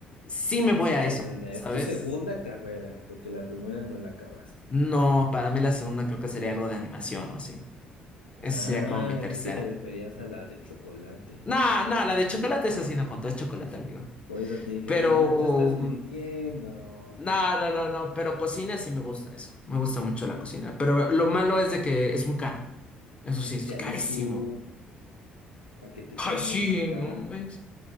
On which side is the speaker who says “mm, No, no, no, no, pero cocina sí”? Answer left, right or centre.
Left